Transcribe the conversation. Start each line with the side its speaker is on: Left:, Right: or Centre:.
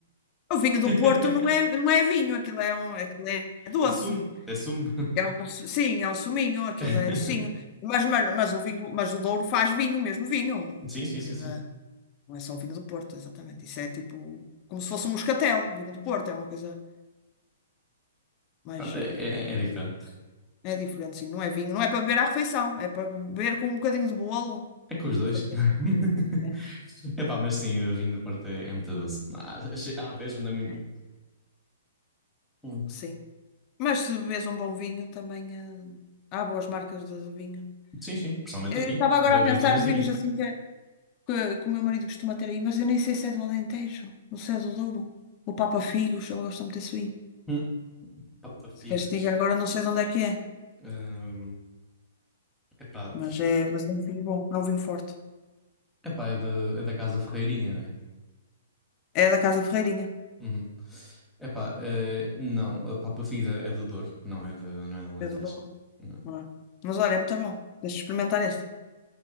Left: o vinho do
Centre: <laughs>
Left: Porto não é, não é vinho, aquilo é, um, aquilo é doce.
Centre: Assumo, assumo.
Left: É um, su- sim, é um suminho, aquilo
Centre: <laughs>
Left: é docinho. Mas, mas, mas o vinho, mas o Douro faz vinho, mesmo vinho.
Centre: Sim, sim,
Left: Aquilo
Centre: sim, sim.
Left: é- não é só o vinho do Porto, exatamente. Isso é tipo, como se fosse um moscatel, o vinho do Porto, é uma coisa, mas
Centre: Pronto, É,
Left: eh,
Centre: é, é diferente.
Left: é diferente, sim. Não é vinho, não é para beber à refeição, é para beber com um bocadinho de bolo.
Centre: É com os dois.
Left: Uma fatia.
Centre: <laughs>
Left: É,
Centre: Epá, mas sim, vinho do Porto é, é muito doce. Há, há vezes onde é muito
Left: é,
Centre: doce. Hum.
Left: sim. Mas se bebes um bom vinho, também eh, há boas marcas de, de vinho.
Centre: Sim, sim, principalmente
Left: Eu
Centre: aqui.
Left: estava agora
Centre: Ve-
Left: a
Centre: Vem
Left: pensar
Centre: todas
Left: os
Centre: de
Left: vinhos
Centre: aqui.
Left: assim que é que, que o meu marido costuma ter aí, mas eu nem sei se é do Alentejo, ou se é do Douro. O Papa Figos, ele gosta muito desse vinho.
Centre: Hum. Pá, figos.
Left: Se queres que diga agora, não sei de onde é que é,
Centre: Hum. Epá,
Left: mas
Centre: figo,
Left: é,
Centre: figo.
Left: mas é um vinho bom, é um vinho forte.
Centre: Epá, é da, é da Casa Ferreirinha, né?
Left: É da Casa Ferreirinha,
Centre: Uhum. Epá, eh, não, a Papa Figos é, é do Douro, não é da não é do Alentejo.
Left: é do Douro.
Centre: Não.
Left: não é? Mas olha, é muito bom. Deixa eu experimentar este.